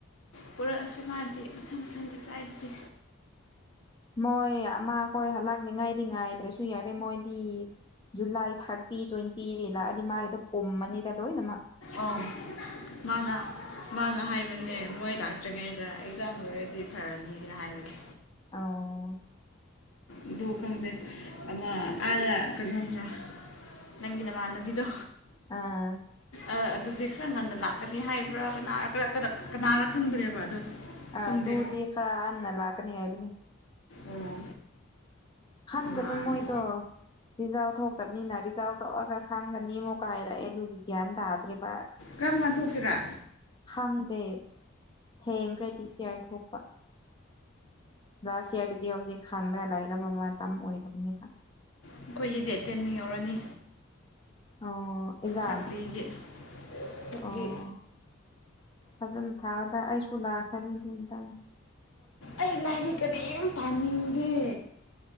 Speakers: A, on the left; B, on the left.
A: ꯄꯨꯔꯛꯑꯁꯨ ꯃꯥꯗꯤ ꯃꯊꯟ ꯃꯊꯟꯇ ꯆꯥꯏꯗꯨꯗꯤ꯫
B: ꯃꯣꯏ ꯑꯃ ꯈꯣꯏ ꯍꯜꯂꯥꯛꯅꯤꯡꯉꯥꯏꯗꯤ ꯉꯥꯏꯗ꯭ꯔꯁꯨ ꯌꯥꯔꯦ ꯃꯣꯏꯗꯤ꯫ ꯖꯨꯂꯥꯏ ꯊꯥꯔꯇꯤ ꯇ꯭ꯋꯦꯟꯇꯤꯗꯤ ꯍꯦꯜꯂꯥꯛꯑꯗꯤ ꯃꯥꯒꯤꯗꯣ ꯄꯨꯝꯃꯅꯤꯗ ꯂꯣꯏꯅꯃꯛ꯫
A: ꯑꯣ ꯃꯥꯅ ꯃꯥꯅ ꯍꯥꯏꯕꯅꯦ ꯃꯣꯏ ꯂꯥꯛꯇ꯭ꯔꯤꯉꯩꯗ ꯑꯦꯛꯖꯥꯡ ꯂꯣꯏꯔꯗꯤ ꯐꯔꯅꯤꯅ ꯍꯥꯏꯕꯅꯦ꯫
B: ꯑꯥꯎ
A: ꯑꯗꯨ ꯈꯪꯗꯦ ꯑꯃ ꯑꯥꯗ ꯀꯩꯅꯣꯗꯨꯔꯣ꯫ ꯅꯪꯒꯤ ꯅꯃꯥꯟꯅꯕꯤꯗꯣ꯫
B: ꯑꯥ
A: ꯑꯥ ꯑꯗꯨꯗꯤ ꯈꯔ ꯉꯟꯅ ꯂꯥꯛꯀꯗꯤ ꯍꯥꯏꯕ꯭ꯔꯥ ꯀ ꯀꯅꯥꯅ ꯈꯪꯗ꯭ꯔꯦꯕ ꯑꯗꯣ꯫
B: ꯑ
A: ꯈꯪꯗꯦ
B: ꯑꯗꯨꯗꯤ ꯈꯔ ꯍꯟꯅ ꯂꯥꯛꯀꯅꯤ ꯍꯥꯏꯕꯅꯤ꯫
A: ꯑꯣ
B: ꯈꯪꯗꯦꯕ
A: ꯃꯥꯜꯂꯦ
B: ꯃꯣꯏꯗꯣ ꯔꯤꯖꯥꯜ ꯊꯣꯛꯇꯕꯅꯤꯅ ꯔꯤꯖꯥꯜ ꯇ ꯊꯣꯛꯑꯒ ꯈꯪꯒꯅꯤ ꯑꯃꯨꯛꯀ ꯍꯥꯏꯔꯛꯑꯦ ꯑꯗꯨꯒꯤ ꯒ꯭ꯌꯥꯟ ꯇꯥꯗ꯭ꯔꯤꯕ
A: ꯀꯔꯝ ꯀꯥꯟ ꯊꯣꯛꯀꯦꯔꯥ
B: ꯈꯪꯗꯦ ꯍꯥꯌꯦꯡꯈ꯭ꯔꯗꯤ ꯁꯤꯌꯥꯔ ꯊꯣꯛ ꯂꯥꯁ ꯏꯔꯗꯨꯗꯤ ꯍꯧꯖꯤꯛ ꯈꯥꯡꯔꯒꯥ ꯂꯩꯔꯥꯕ ꯃꯇꯝ ꯑꯣꯏꯔꯕꯅꯦꯕ
A: ꯑꯩꯈꯣꯏꯒꯤ ꯗꯦꯠ ꯇꯦꯟ ꯌꯧꯔꯅꯤ
B: ꯑꯣ ꯑꯦꯖꯝ
A: ꯁꯄ꯭ꯂꯤꯒꯤ ꯁꯄ꯭ꯂꯤ
B: ꯑꯣ ꯐꯖꯅ ꯊꯥꯕꯗ ꯑꯩꯁꯨ ꯂꯥꯛꯈ꯭ꯔꯅꯤ ꯑꯗꯨ ꯃꯇꯝꯗ
A: ꯑꯩ ꯂꯥꯏꯔꯤꯛ ꯀꯔꯤꯝ ꯄꯥꯅꯤꯡꯗꯦ